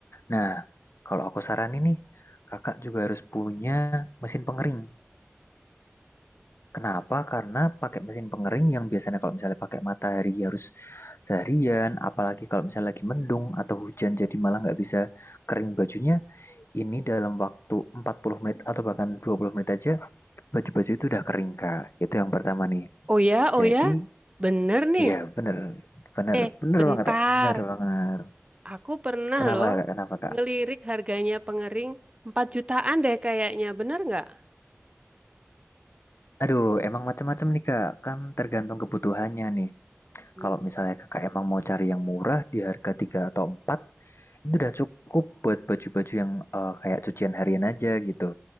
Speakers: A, on the left; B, on the right.
A: Nah kalau aku saranin nih, kakak juga harus punya mesin pengering. Kenapa? Karena pakai mesin pengering yang biasanya kalau misalnya pakai matahari harus seharian, apalagi kalau misalnya lagi mendung atau hujan jadi malah nggak bisa kering bajunya, ini dalam waktu 40 menit atau bahkan 20 menit aja, baju-baju itu udah kering, Kak. Itu yang pertama nih.
B: oh ya,
A: Jadi,
B: oh ya, bener nih.
A: ya bener, bener,
B: Eh,
A: bener
B: bentar.
A: banget, Kak. Bener banget.
B: Aku pernah
A: Kenapa,
B: loh
A: Kak? Kenapa, Kak?
B: ngelirik harganya pengering 4 jutaan deh kayaknya, bener nggak?
A: Aduh, emang macam-macam nih, Kak. Kan tergantung kebutuhannya nih.
B: Hmm,
A: Kalau misalnya kakak emang mau cari yang murah di harga 3 atau 4 itu udah cukup buat baju-baju yang eh, kayak cucian harian aja gitu.